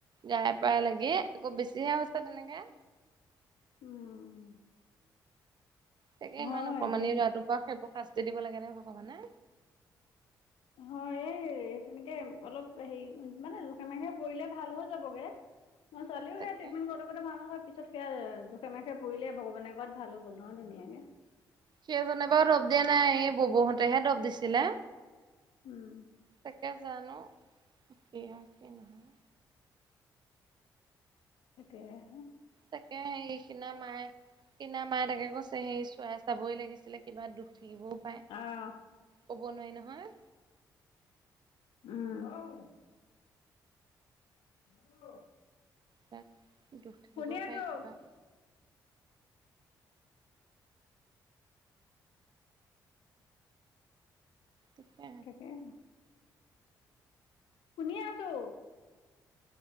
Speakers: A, on the right; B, on the left.
A: গাই পায়ে লাগি আকৌ বেছিহে হৈছে তেনেকৈ।
B: উম
A: তাকে ইমান
B: হয়
A: অকণমানি
B: হেই
A: লৰাটোক বাৰু সেইবোৰ শাস্তি দিব লাগে নে ভগৱানে?
B: হয় এই তেনেকে অলপ হেৰি, মানে জোখে মাখে পৰিলে ভাল হৈ যাবগৈ। মই ছোৱালীও
A: তাকে
B: সেই ট্ৰিটমেণ্ট কৰ লগতে ভাল নহয় পিছত সেয়া জোখে মাখে পৰিলেই ভগৱানে কৰাত ভালো হৈ গ'ল নহয় ধুনীয়াকে।
A: সেইজনে বাৰু দৰব দিয়া নাই, এই বুবুহঁতেহে দৰব দিছিলে।
B: উম।
A: তাকে জানো কি হয় কি নহয়।
B: তাকে হে!
A: তাকে সেই সিদিনা মায়ে সিদিনা মায়ে তাকে কৈছে সেই চোৱাই চাবই লাগিছিলে কিবা দোষ থাকিবও পাৰে,
B: আহ
A: ক'ব নোৱাৰি নহয়।
B: উম। <inaudible>
A: পাৰে দুখ থাকিবও
B: শুনি আছো
A: পাৰে কিবা। তাকে
B: তাকেহে, শুনি আছো।